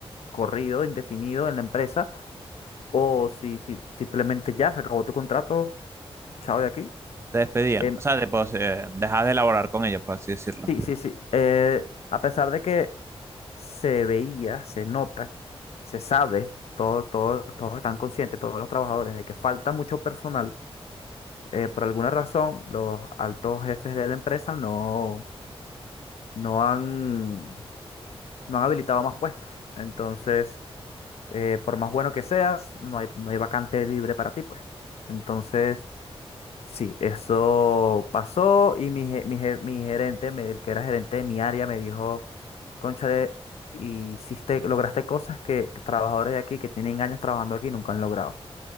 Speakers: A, on the left; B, on the right.
A: corrido, indefinido en la empresa, o si, si simplemente ya se acabó tu contrato, chao de aquí.
B: Te despedían.
A: Em,
B: O sea, te, pues, eh, dejas de elaborar con ellos, por así decirlo.
A: sí, sí, sí. eh, a pesar de que se veía, se nota, se sabe, todos, todos, todos están conscientes, todos los trabajadores, de que falta mucho personal eh, por alguna razón, los altos jefes de la empresa no, no han, no han habilitado más puestos. Entonces, eh, por más bueno que seas, no hay, no hay vacante libre para ti, pues. Entonces, sí, eso pasó y mi, ge- mi, ge- mi gerente, me- el que era gerente de mi área, me dijo, Cónchale, hiciste, lograste cosas que trabajadores de aquí que tienen años trabajando aquí nunca han logrado.